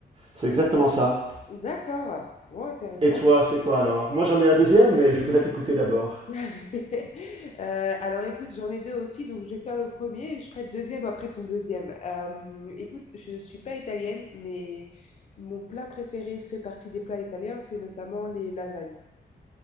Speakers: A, on the right; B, on the left.
A: c'est exactement ça.
B: D'accord. Bon, intéressant.
A: Et toi, c'est quoi alors Moi, j'en ai un deuxième, mais je voudrais t'écouter d'abord.
B: <laughs> Euh, alors écoute, j'en ai deux aussi, donc je vais faire le premier et je ferai le deuxième après ton deuxième. Euh, écoute, je ne suis pas italienne, mais mon plat préféré fait partie des plats italiens, c'est notamment les lasagnes.